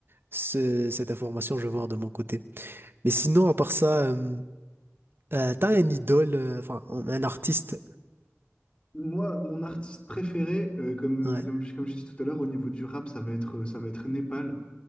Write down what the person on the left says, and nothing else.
Moi, mon artiste préféré, euh, comme,
euh, comme, je- comme j'ai dit tout à l'heure, au niveau du rap, ça va être, ça va être Népal.